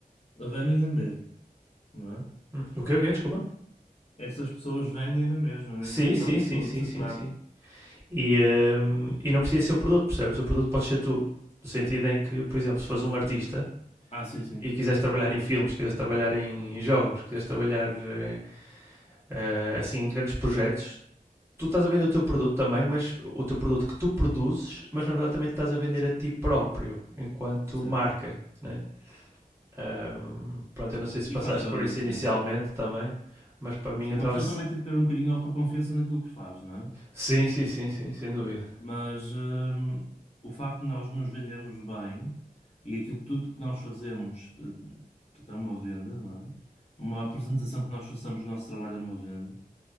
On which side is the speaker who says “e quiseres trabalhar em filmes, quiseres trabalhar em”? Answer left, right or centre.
Right